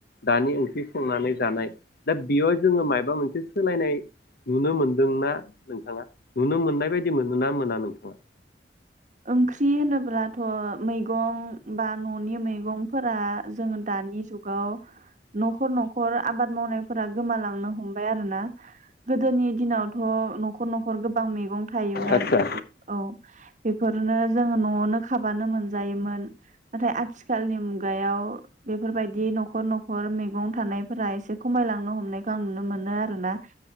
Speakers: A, on the left; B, on the right.
A: दानि ओंख्रि संनानै जानाय दा बेयाव जोङो माबा मोनसे सोलायनाय नुनो मोनदोंना नोंथाङा नुनो मोननाय बायदि मोनो ना मोना नोंथाङा
B: ओंख्रि होनोब्लाथ' मैगं बा न'नि मैगंफोरा जोङो दानि जुगाव न'खर न'खर आबाद मावनाय फोर गोमालांनो हमबाय आरोोना गोदोनि दिनावथ' न'खर न'खर गोबां मैगं थायोमोन
A: आतसा
B: औ बेफोरनो जोङो न'आवनो खाबानो मोनजायोमोन नाथाय आथिखालनि मुगायाव बेफोरबायदि न'खर न'खर मैगं थानायफोरा एसे खमायलांनो हमनायखौ आं नुनो मोनो आरोना